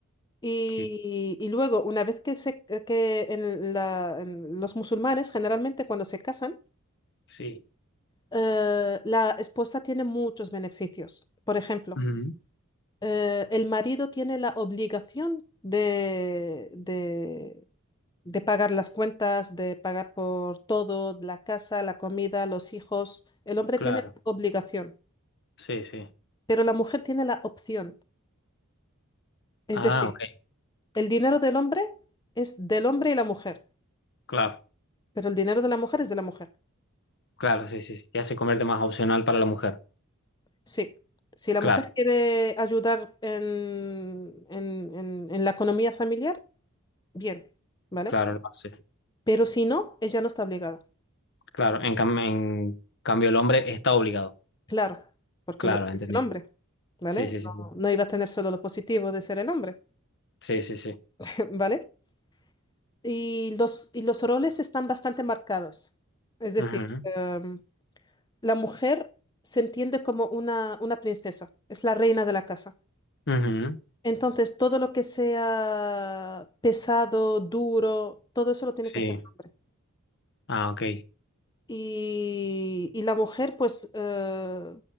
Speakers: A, on the left; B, on the left.
A: Y,
B: Sí,
A: y luego, una vez que, se, eh, que en la- en los musulmanes, generalmente cuando se casan,
B: sí,
A: eh, la esposa tiene muchos beneficios. Por ejemplo,
B: Ujú.
A: eh, el marido tiene la obligación de, de, de pagar las cuentas, de pagar por todo, la casa, la comida, los hijos. El hombre
B: claro,
A: tiene la obligación,
B: sí, sí.
A: pero la mujer tiene la opción. Es
B: Ah,
A: decir,
B: ok,
A: el dinero del hombre es del hombre y la mujer.
B: claro,
A: Pero el dinero de la mujer es de la mujer.
B: claro, sí, sí. sí. Ya se convierte más opcional para la mujer.
A: Sí. Si la mujer
B: Claro,
A: quiere ayudar en, en, en- en la economía familiar, bien, ¿vale?
B: claro, lo hace.
A: Pero si no, ella no está obligada.
B: Claro, en, cam- en cambio el hombre está obligado.
A: Claro, porque
B: Claro,
A: él es
B: entendí.
A: el hombre, ¿vale?
B: Sí, sí, sí.
A: No, no iba a tener solo lo positivo de ser el hombre,
B: Sí, sí, sí.
A: <laughs> ¿vale? Y los, y los roles están bastante marcados. Es decir,
B: Ujú,
A: em, la mujer se entiende como una, una princesa, es la reina de la casa.
B: ujú,
A: Entonces, todo lo que sea pesado, duro, todo eso lo tiene
B: Sí.
A: que hacer el hombre.
B: Ah, ok,
A: Y, y la mujer, pues, eh,